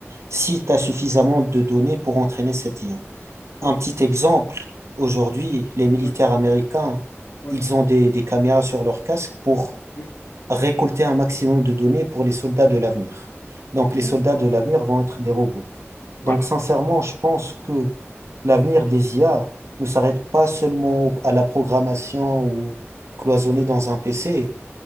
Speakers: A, on the right; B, on the left.
A: si
B: ouais,
A: tu as suffisamment de données pour entraîner cette IA.
B: ouais,
A: Un petit exemple, aujourd'hui, les militaires
B: ouais,
A: américains,
B: ouais,
A: ils ont des, des caméras sur leur casque pour
B: oui.
A: récolter un maximum de données pour les soldats de l'avenir. Donc, les soldats
B: Oula.
A: de l'avenir vont être des robots. Donc,
B: Ouais,
A: sincèrement, je pense que l'avenir des IA ne s'arrête pas seulement au- à la programmation ou cloisonné
B: ouais,
A: dans un PC.